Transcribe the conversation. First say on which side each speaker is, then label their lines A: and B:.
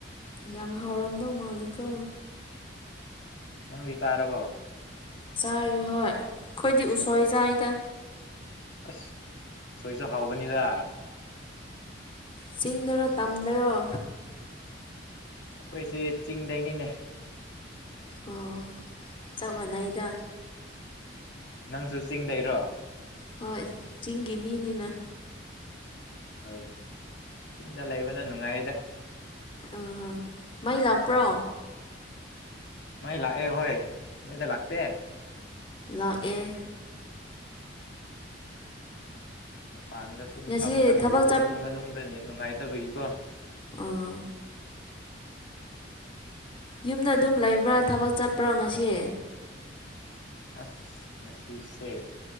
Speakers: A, on the left; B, on the left.
A: ꯌꯥꯝ ꯍꯥꯎꯔꯝꯗꯧ ꯃꯥꯜꯂꯤꯀꯣ
B: ꯅꯪꯗꯤ ꯆꯥꯔꯕꯣ
A: ꯆꯥꯔꯦ ꯍꯣꯏ ꯑꯩꯈꯣꯏꯗꯤ ꯎꯁꯣꯏ ꯆꯥꯏꯗ
B: ꯑꯁ ꯎꯁꯣꯏꯁꯨ ꯍꯥꯎꯕꯅꯤꯗ
A: ꯆꯤꯡꯗꯔꯣ ꯇꯝꯗꯔꯣ
B: ꯑꯩꯈꯣꯏꯁꯦ ꯆꯤꯡꯗꯩꯅꯤꯅꯦ
A: ꯑꯣ ꯆꯞ ꯃꯅꯩꯏꯗ
B: ꯅꯪꯁꯨ ꯆꯤꯡꯗꯩ ꯔꯣ
A: ꯍꯣꯏ ꯆꯤꯡꯒꯤ ꯃꯤꯅꯤꯅ
B: ꯍꯣꯏ ꯆꯤꯡꯗ ꯂꯩꯕꯅ ꯅꯨꯡꯉꯥꯏꯗ
A: ꯑꯥ ꯃꯩ ꯂꯥꯛꯄ꯭ꯔꯣ
B: ꯃꯥꯏ ꯂꯥꯛꯑꯦ ꯍꯣꯏ ꯅꯣꯏꯗ ꯂꯥꯛꯇꯦ
A: ꯂꯥꯛ ꯑꯦ
B: ꯃꯄꯥꯟꯗ ꯁꯨꯝ
A: ꯉꯁꯤ
B: ꯐꯝꯃꯒ ꯂꯩꯔꯦ
A: ꯊꯕꯛ
B: ꯑꯩꯈꯣꯏꯗꯤ ꯃꯅꯨꯡꯗ ꯅꯦꯠ ꯅꯨꯡꯉꯥꯏꯇꯕꯒꯤꯀꯣ
A: ꯑꯣ ꯌꯨꯝꯗ ꯑꯗꯨꯝ ꯂꯩꯕ꯭ꯔꯥ ꯊꯕꯛ ꯆꯠꯄ꯭ꯔꯥ ꯉꯁꯤ
B: ꯑꯁ ꯉꯁꯤꯁꯦ